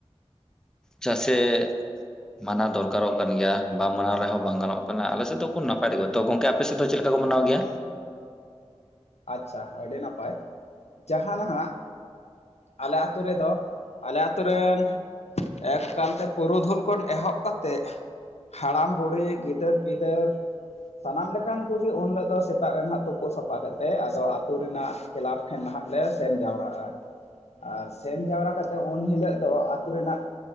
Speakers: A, in the centre; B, on the left (about 90°).
A: ᱪᱟᱜ ᱥᱮ ᱢᱟᱱᱟᱣ ᱫᱚᱨᱠᱟᱨᱚᱜ ᱠᱟᱱ ᱜᱮᱭᱟ ᱵᱟᱢ ᱢᱟᱱᱟᱣ ᱨᱮᱦᱚᱸ ᱵᱟᱝ ᱜᱟᱱᱚᱜ ᱠᱟᱱᱟ ᱟᱞᱮ ᱥᱮᱫ ᱫᱚᱠᱚ ᱱᱟᱯ <unintelligible> ᱛᱚ ᱜᱚᱝᱠᱮ ᱟᱯᱮ ᱥᱮᱫ ᱫᱚ ᱪᱮᱫ ᱞᱮᱠᱟ ᱠᱚ ᱢᱟᱱᱟᱣ ᱜᱮᱭᱟ?
B: ᱟᱪᱪᱷᱟ ᱟᱹᱰᱤ ᱱᱟᱯᱟᱭ, ᱡᱟᱦᱟᱸ ᱱᱟᱦᱟᱜ ᱟᱞᱮ ᱟᱹᱛᱩ ᱨᱮᱫᱚ, ᱟᱞᱮ ᱟᱛᱚ ᱨᱮᱱ ᱮᱠᱟᱞᱛᱮ ᱯᱩᱨᱩᱫᱷᱩᱞ ᱠᱷᱚᱱ ᱮᱦᱚᱵ ᱠᱟᱛᱮᱫ ᱦᱟᱲᱟᱢ ᱵᱩᱲᱦᱤ ᱜᱤᱫᱟᱹᱨ ᱯᱤᱫᱟᱹᱨ ᱥᱟᱱᱟᱢ ᱞᱮᱠᱟᱱ ᱠᱚᱜᱮ ᱩᱱ ᱦᱤᱞᱳᱜ ᱫᱚ ᱥᱮᱛᱟᱜ ᱨᱮ ᱱᱟᱦᱟᱜ ᱛᱳᱯᱳ ᱥᱟᱯᱷᱟ ᱠᱟ ᱛᱮ ᱟᱫᱚ ᱟᱹᱛᱩ ᱨᱮᱱᱟᱜ ᱠᱮᱞᱟᱵᱽ ᱴᱷᱮᱱ ᱱᱟᱦᱟᱜ ᱞᱮ ᱥᱮᱱ ᱡᱟᱣᱨᱟᱜᱼᱟ᱾ ᱟᱨ ᱥᱮᱱ ᱡᱟᱣᱨᱟ ᱠᱟᱛᱮᱫ ᱩᱱ ᱦᱤᱞᱳᱜ ᱫᱚ ᱟᱹᱛᱩ ᱨᱮᱱᱟᱜ